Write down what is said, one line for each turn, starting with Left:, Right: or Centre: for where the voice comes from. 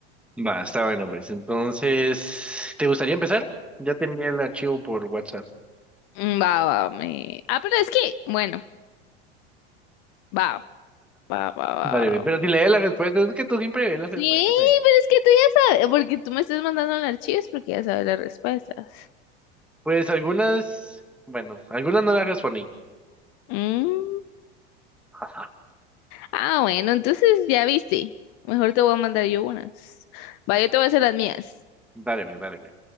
Centre: <laughs> Va, está bueno, pues. Entonces, ¿te gustaría empezar? Ya te envié el archivo por WhatsApp.
Left: Mm, Va, va, me. Ah, pero es que, bueno, va, va, va, va.
Centre: Dale,
Left: va.
Centre: ve, pero si lees las respuestas, es que tú siempre lees las
Left: Sí,
Centre: respuestas ahí.
Left: pero es que tú ya sabes, porque tú me estás mandando los archivos porque ya sabes las respuestas.
Centre: Pues algunas, bueno, algunas no las respondí.
Left: Mm.
Centre: <laughs>
Left: Ah, bueno, entonces ya viste. Mejor te voy a mandar yo unas. Va, yo te voy a hacer las mías.
Centre: Dale, ve, dale, ve.